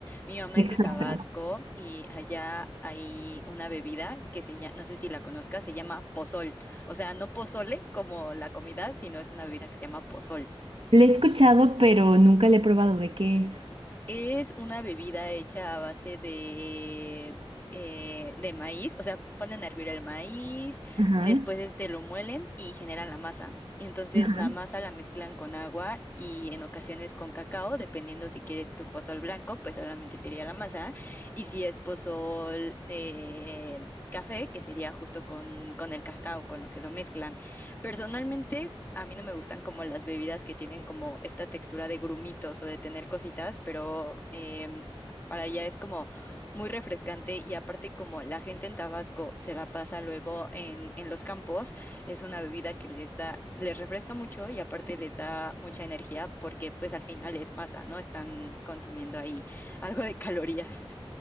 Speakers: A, on the left (about 20°); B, on the right (about 65°).
A: Mi mamá es
B: Exacto.
A: de Tabasco y allá hay una bebida que se llama, no sé si la conozcas, se llama pozol. O sea, no pozole como la comida, sino es una bebida que se llama pozol.
B: Le he escuchado, pero nunca le he probado de qué es.
A: Es una bebida hecha a base de, eh, de maíz, o sea, ponen a hervir el maíz,
B: Ajá,
A: después este lo muelen y generan la masa. Y entonces
B: ajá.
A: la masa la mezclan con agua y en ocasiones con cacao, dependiendo si quieres tu pozol blanco, pues solamente sería la masa. Y si es pozol eh, café, que sería justo con, con el cacao, con lo que lo mezclan. Personalmente, a mí no me gustan como las bebidas que tienen como esta textura de grumitos o de tener cositas, pero em, para ella es como muy refrescante y aparte como la gente en Tabasco se la pasa luego en, en los campos, es una bebida que les da, les refresca mucho y aparte les da mucha energía porque pues al final es masa, ¿no? Están consumiendo ahí algo de calorías.